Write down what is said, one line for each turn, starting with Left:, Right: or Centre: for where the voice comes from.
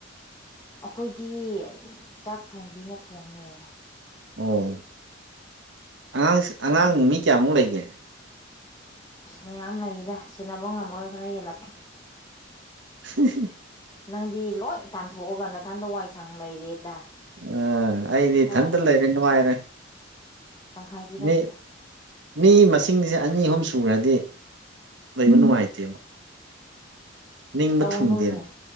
Left: ꯑꯩꯈꯣꯏꯗꯤ ꯆꯥꯛ ꯊꯣꯡꯕꯤꯅ ꯊꯣꯡꯉꯦ
Right: ꯑꯣ ꯑꯉꯥꯡ ꯑꯉꯥꯡ
Left: ꯅꯪ
Right: ꯃꯤ ꯀꯌꯥꯃꯨꯛ ꯂꯩꯒꯦ
Left: ꯑꯁ ꯃꯌꯥꯝ ꯂꯩꯗ ꯁꯦꯟꯅꯕ ꯉꯝꯃꯔꯣꯏ ꯈꯔ ꯌꯦꯜꯂꯛꯀꯦ
Right: <unintelligible>
Left: ꯅꯪꯗꯤ ꯂꯣꯏ ꯇꯥꯟꯊꯣꯛꯑꯒ ꯅꯥꯊꯟꯗ ꯋꯥꯏ ꯁꯥꯡ ꯂꯩꯔꯦꯗꯥꯏ
Right: ꯑ ꯑꯩꯗꯤ
Left: ꯈꯔ
Right: ꯏꯊꯟꯇ ꯂꯩꯔꯦ ꯅꯨꯡꯉꯥꯏꯔꯦ
Left: ꯇꯪꯈꯥꯏꯕꯤꯔꯒꯦ
Right: ꯃꯤ ꯃꯤ ꯃꯁꯤꯡꯁꯦ ꯑꯅꯤ ꯑꯍꯨꯝ ꯁꯨꯔꯗꯤ ꯂꯩꯕ ꯅꯨꯡꯉꯥꯏꯇꯦꯕ ꯅꯤꯡꯕ
Left: ꯇꯧꯅꯨꯅꯦ
Right: ꯊꯨꯡꯗꯦꯅꯦ